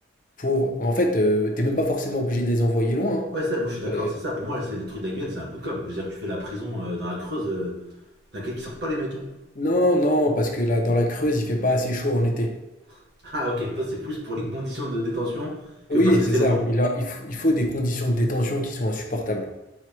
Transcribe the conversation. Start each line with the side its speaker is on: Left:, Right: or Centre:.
Left: pour, en fait, euh, t'es même pas forcément obligé de les envoyer loin. hein.
Right: Ouais, ça, moi je suis d'accord,
Left: Euh,
Right: c'est ça. Pour moi, c'est le truc de la Guyane, c'est un coup de com'. Je veux dire, tu fais la prison euh, dans la Creuse, euh, t'inquiète qu'ils sortent pas les mecs. hein.
Left: Non, non, parce que là, dans la Creuse, il fait pas assez chaud en été.
Right: <laughs> Ah ok, toi c'est plus pour les conditions de détention que
Left: Oui,
Right: parce que
Left: c'est
Right: c'est
Left: ça.
Right: loin.
Left: Il a, il faut, il faut des conditions de détention qui sont insupportables